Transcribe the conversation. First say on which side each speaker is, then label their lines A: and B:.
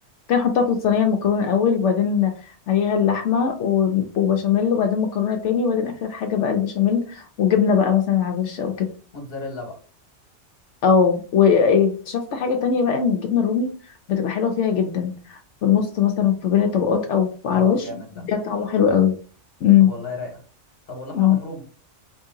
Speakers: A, on the left; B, on the left.
A: كان احطها في الصينيه المكرونه الاول وبعدين عليها اللحمه و- وبشاميل وبعدين مكرونه تاني وبعدين اخر حاجه بقى البشاميل وجبنه بقى مثلا على الوش او كده
B: موتزاريلا بقى
A: اه واكتشفت حاجة تانية بقى ان الجبنة الرومي بتبقى حلوة فيها جدا في النص مثلا في بين الطبقات او في على
B: اه
A: الوش
B: جامد
A: بيديها
B: ده
A: طعمه حلو قوي امم
B: طب والله رايقه طب واللحمه
A: اه
B: المفرومه